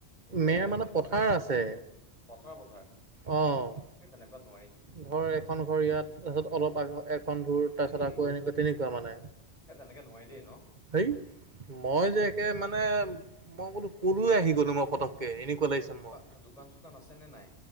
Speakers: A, on the left (about 35°); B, on the right (about 45°).
A: সেই
B: মে'
A: তেনেকুৱাত
B: মানে
A: নোৱাৰি
B: পথাৰ আছে।
A: পথাৰ পথাৰ
B: অ',
A: সেই তেনেকুৱাত নোৱাৰি
B: ঘৰ এখন ঘৰ ইয়াত, তাৰপিছত অলপ আগত এখন। <unintelligible>
A: হেই
B: তাৰপিছত আকৌ এনেকুৱা, তেনেকুৱা মানে।
A: এ তেনেকে নোৱাৰি দেই ন
B: হেই, মই যে একে মান মানে, মই বোলো কলৈ আহি গ'লো মই ফতক কে, এনেকুৱা লাগিছে
A: দোকান
B: মোৰ।
A: দোকান চোকান আছে নে নাই?